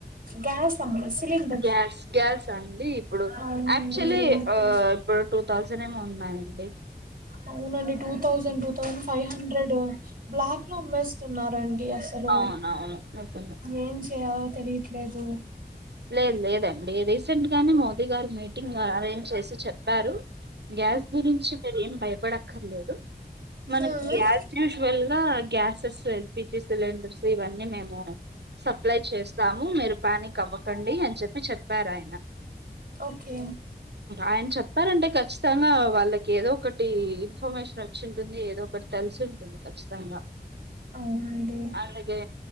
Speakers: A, on the right (about 55°); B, on the right (about 80°).
A: గ్యాస్ అమ్మ సిలిండర్
B: గ్యాస్ గ్యాసండి ఇప్పుడు
A: అవునండి
B: ఆక్చువల్లి
A: ఎంత?
B: ఆహ్ ఇప్పుడు టూ థౌసండ్. నేమో ఉన్నాయండి.
A: అవునండి two thousand two thousand five hundred black లో అమ్మేస్తున్నారండి. అసలు
B: ఆహ్ అవునవును. నిజమే
A: ఏం చేయాలో తెలియట్లేదు.
B: లేదు లేదండి రీసెంట్ గానే మోదీ గారు మీటింగ్ అరేంజ్ చేసి చెప్పారు. గ్యాస్ గురించి మీరు ఏం భయపడక్కర్లేదు. మనకి
A: ఉమ్
B: యాజ్ యూజువల్ గా గ్యాసెస్. ఎల్పిజి సిలిండర్స్ ఇవన్నీ మేము సప్లై చేస్తాము మీరు పానిక్ అవ్వకం. క్కండి అని చెప్పి చెప్పారాయన.
A: ఓకే
B: ఆయన చెప్పారంటే ఖచ్చితంగా వాళ్ళకి ఏదో ఒకటి. టి ఇన్ఫర్మేషన్ వచ్చి ఉంటుంది ఏదో ఒకటి తెలిసి ఉంటుంది ఖచ్చితంగా.
A: అవునండి
B: అలాగే